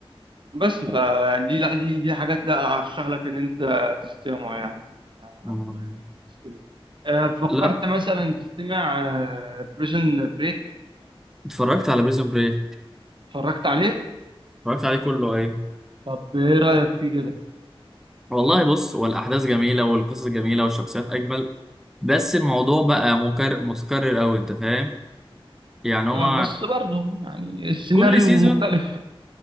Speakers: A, on the right; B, in the centre.
A: بس فدي لا دي دي حاجات لا ارشح لك ان انت تستمع يعني آه،
B: مم.
A: تستمع آه، فكرت
B: لا
A: مثلا تستمع بريزن بريك
B: اتفرجت على بريزون بريك
A: اتفرجت عليه
B: اتفرجت عليه كله ايوه
A: طب ايه رايك فيه كده
B: والله بص هو الأحداث جميلة والقصص جميلة والشخصيات أجمل بس الموضوع بقى مكرر متكرر أوي أنت فاهم يعني هو
A: آه، بس برضه يعني السيناريو
B: كل سيزون
A: مختلف